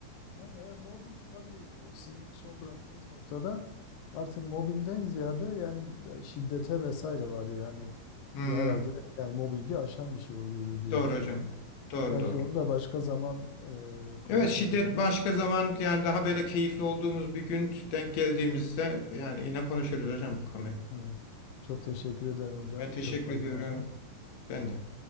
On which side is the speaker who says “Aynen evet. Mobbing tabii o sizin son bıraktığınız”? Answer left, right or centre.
Left